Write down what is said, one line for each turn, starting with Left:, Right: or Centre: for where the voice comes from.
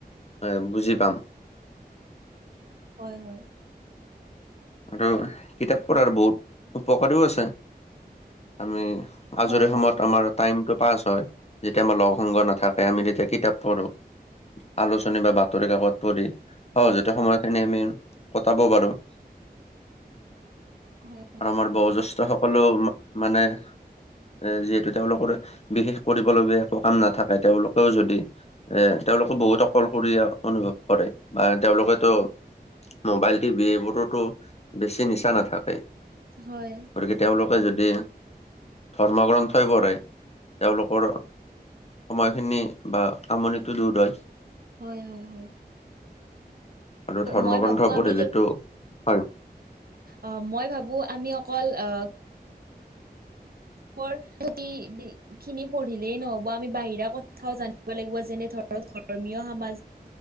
Left: হে বুজি পাম।
Right: হয় হয়।
Left: আৰু কিতাপ পঢ়াৰ বহুত উপকাৰীও আছে আমি
Right: হয়
Left: আজৰি
Right: হয়
Left: সময়ত আমাৰ টাইম টো পাছ হয় যেতিয়া আমাৰ লগ সংগ নাথাক কে আমি
Right: হয় হয়
Left: তেতিয়া কিতাপ পঢ়ো। আলোচনী বা বাতৰি কাকত পঢ়ি সহজতে সময়খিনি আমি কটাব পাৰো।
Right: হয়
Left: আৰু আমাৰ বয়োজ্যেষ্ঠ সকলেও মানে এ যিহেতু তেওঁলোকৰ বিশেষ কৰিবলগীয়া একো কাম নাথাকে তেওঁলোকেও যদি এ তেওঁলোকে বহুত অকলশৰীয়া অনুভৱ কৰে বা তেওঁলোকে ত' মোবাইল টিভি এইবোৰোতো বেছি নিচা নাথাকে
Right: হয়
Left: গতিকে তেওঁলোকে যদি ধৰ্মগ্ৰন্থই পঢ়ে তেওঁলোকৰ সময়খিনি বা আমনিটো দূৰ হয়
Right: হয় হয় হয়
Left: আৰু ধৰ্মগ্ৰন্থ
Right: মই ভাবো আমি
Left: পঢ়িলেতো হয়
Right: অ মই ভাবো আমি অকল অ পুঠি খিনি পঢ়িলেই নহব আমি বাহিৰা কথাও জানিব লাগিব যেনে ধৰক ধৰ্মীয় সামাজিক